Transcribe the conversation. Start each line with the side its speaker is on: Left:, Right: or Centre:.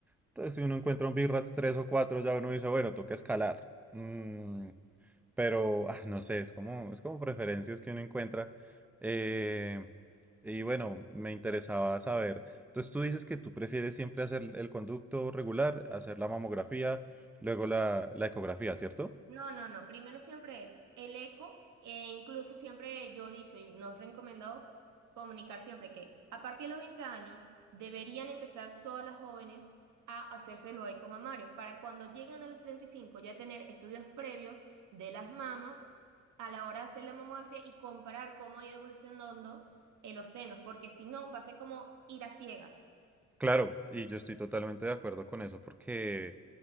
Centre: Entonces, si uno encuentra un BIRATS 3 o 4, ya uno dice, bueno, toca escalar. Mm, pero, ah, no sé, es como, es como preferencias que uno encuentra. Eh, y bueno, me interesaba saber. Entonces, tú dices que tú prefieres siempre hacer el conducto regular, hacer la mamografía, luego la, la ecografía, ¿cierto?
Right: No, no, no. Primero siempre es el eco, e incluso siempre yo he dicho y nos he recomendado comunicar siempre que a partir de los 20 años deberían empezar todas las jóvenes a hacerse los eco mamarios para cuando lleguen a los 35 ya tener estudios previos de las mamas a la hora de hacer la mamografía y comparar cómo ha ido evolucionando en los senos, porque si no va a ser como ir a ciegas.
Centre: Claro, y yo estoy totalmente de acuerdo con eso porque